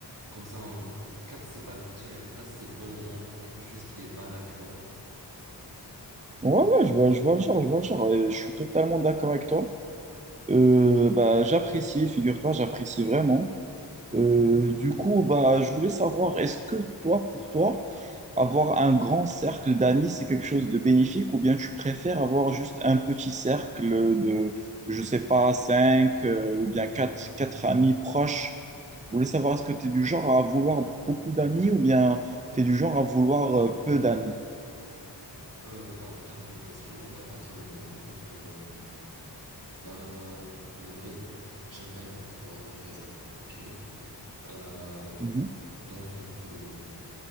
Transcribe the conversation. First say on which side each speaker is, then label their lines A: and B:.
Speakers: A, on the right; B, on the right.
A: comme ça, on casse cet amitié, on casse ces bons moments pour quelque chose qui est banal, tu vois.
B: ouais, ouais, je vois, je vois le genre, je vois le genre, et je suis totalement d'accord avec toi. Euh, bah, j'apprécie, figure-toi, j'apprécie vraiment. Euh, du coup, bah, je voulais savoir, est-ce que toi, pour toi, avoir un grand cercle d'amis, c'est quelque chose de bénéfique ou bien tu préfères avoir juste un petit cercle de, je sais pas, cinq euh, ou bien quatre, quatre amis proches? Je voulais savoir, est-ce que tu es du genre à vouloir beaucoup d'amis ou bien tu es du genre à vouloir euh, peu d'amis?
A: Euh, bah, très bonne question. Bah, personnellement, je pense que euh, bah, les vrais... j'aimerais avoir des vrais amis. Ok. Euh,
B: Mhm.
A: dans son, euh,